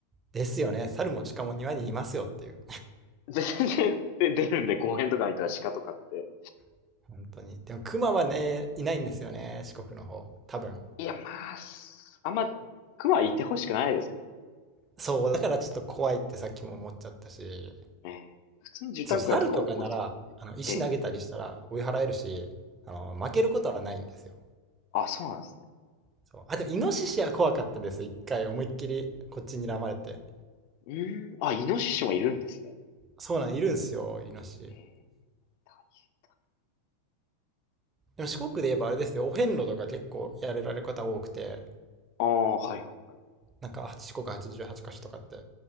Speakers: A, on the right; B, on the left.
A: ですよね。猿も鹿も庭にいますよっていう。
B: <laughs> で全然で出るんで公園とか見たら鹿とかって。
A: <laughs> 本当に。でも熊はね、いないんですよね。四国の方。多分。
B: いや、まあ、すあんま、熊はいてほしくないですけど
A: そう、だからちょっと怖いってさっきも思っちゃったし。
B: ね。普通に住宅街とかを降りてくる。
A: そう、猿とかなら、あの、石投げたりしたら追い払えるし、
B: ええ。
A: あの、負けることはないんですよ。
B: あ、そうなんですね。
A: そう。あ、でもイノシシは怖かったです。一回思いっきりこっちに睨まれて。
B: うーん。あ、イノシシもいるんですね。
A: そうなん、いるんすよ、イノシシ。
B: ええ大変
A: でも四国で言えばあれですよ、
B: だ。そういう。
A: お遍路とか結構やれられる方多くて、
B: ああ、はいはいはい。
A: なんかはち四国88箇所とかって